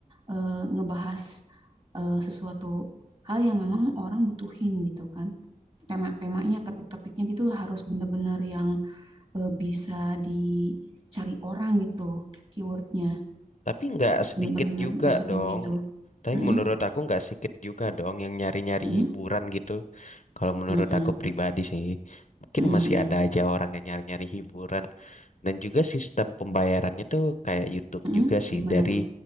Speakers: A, on the right; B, on the left.
A: eh, ngebahas eh, sesuatu hal yang memang orang butuhin gitu kan. tema-temanya, topik-topiknya gitu harus bener-bener yang eh, bisa dicari orang gitu keywordnya.
B: Tapi nggak
A: harus
B: sedikit
A: bener-bener
B: juga
A: masukin
B: dong.
A: gitu.
B: Tapi
A: Mm-mm,
B: menurut aku nggak sedikit juga dong yang nyari-nyari
A: mm-mm,
B: hiburan gitu. Kalau menurut
A: mm-mm,
B: aku pribadi sih, mungkin
A: mm-mm,
B: masih
A: mm-mm,
B: ada aja orang yang nyari-nyari hiburan. Dan juga sistem pembayarannya tuh kayak YouTube
A: mm-mm.
B: juga sih
A: Gimana
B: dari
A: tuh?